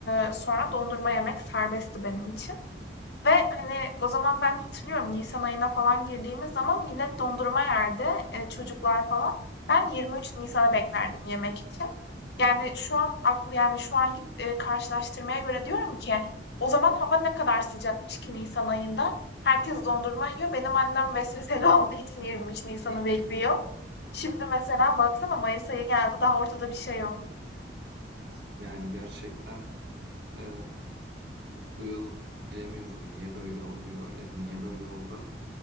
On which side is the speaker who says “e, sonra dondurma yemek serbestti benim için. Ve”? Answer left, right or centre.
Left